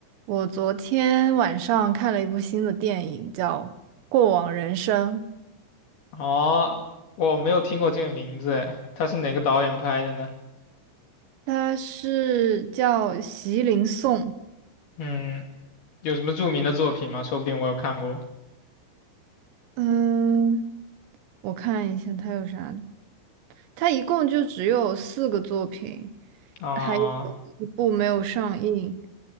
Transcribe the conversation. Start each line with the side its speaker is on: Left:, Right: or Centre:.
Right: 我昨天晚上看了一部新的电影，叫《过往人生》，
Left: 哦，我没有听过这个名字，哎他是哪个导演拍的呢？
Right: 它是叫席琳颂。
Left: 嗯，有什么著名的作品吗？说不定我有看过。
Right: 嗯，我看一下它有啥，它一共就只有四个作品，
Left: 啊、
Right: 还有一部没有上映。